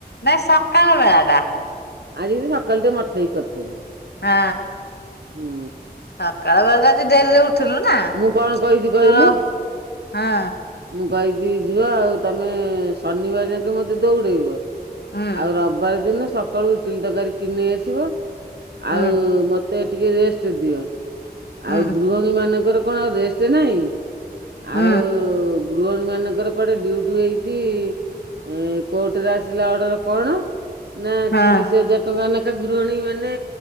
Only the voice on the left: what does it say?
ନାଇଁ ସକାଳ ବେଳା ଟା।
ହଁ
ସକାଳ ବେଳାଟା ଆଜି ଡେରିରେ ଉଠ ଥିଲୁ ନା
ତୋର ହଁ
ହୁଁ
ହୁଁ
ହୁଁ।
ହୁଁ
ହଁ